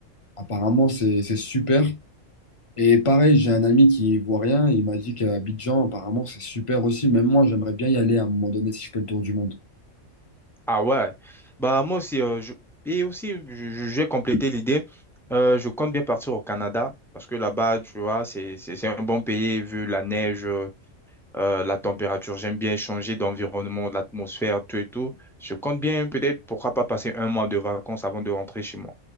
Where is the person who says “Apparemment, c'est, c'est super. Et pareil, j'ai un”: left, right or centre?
Left